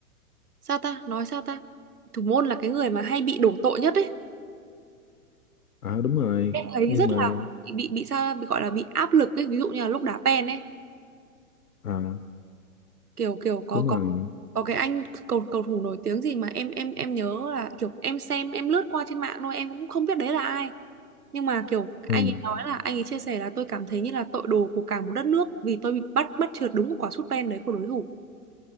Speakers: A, on the right; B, on the left.
A: sao ta nói sao ta thủ môn là cái người mà hay bị đổ tội nhất ấy
B: à đúng rồi
A: em thấy
B: nhưng
A: rất
B: mà
A: là bị bị, bị sao bị gọi là bị áp lực ấy ví dụ như là lúc đá pen ấy
B: à
A: kiểu kiểu có
B: đúng
A: có
B: rồi
A: có cái anh cầu cầu thủ nổi tiếng gì mà em em em nhớ là kiểu em xem em lướt qua trên mạng thôi em cũng không biết đấy là ai nhưng mà kiểu anh
B: ừ,
A: ấy nói là anh ấy chia sẻ là tôi cảm thấy như là tội đồ của cả một đất nước vì tôi bị bắt bắt trượt đúng một quả sút pen đấy của đối thủ